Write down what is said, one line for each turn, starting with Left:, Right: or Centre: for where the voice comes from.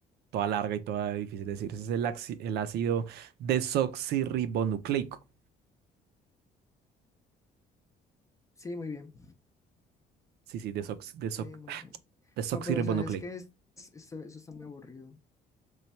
Right: toda larga y toda difícil de decir. Ese es el, axi- el ácido desoxirribonucleico.
Left: sí, muy bien.
Right: Sí, sí, desox, desox-
Left: Sí, muy
Right: <sighs>
Left: bien.
Right: <smacks lips> desoxirribonucleico.
Left: No, pero sabes que eso está muy aburrido.